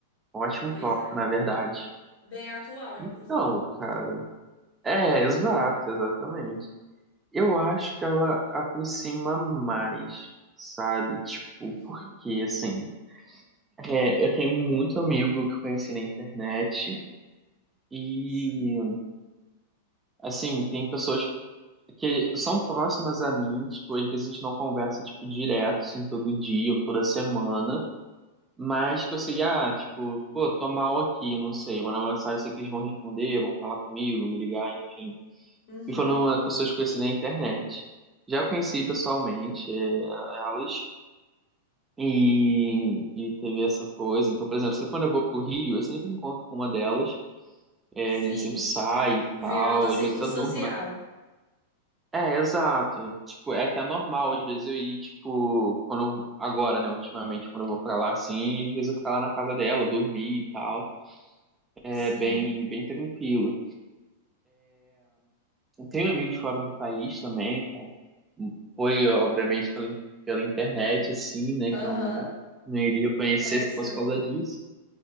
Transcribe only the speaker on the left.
Pois
é.
Bem atual,
inclusive.
Uhum.
Sim.
Uhum.
Sim.
Virou
do ciclo
social.
Sim.
Aham.
Que conheceu.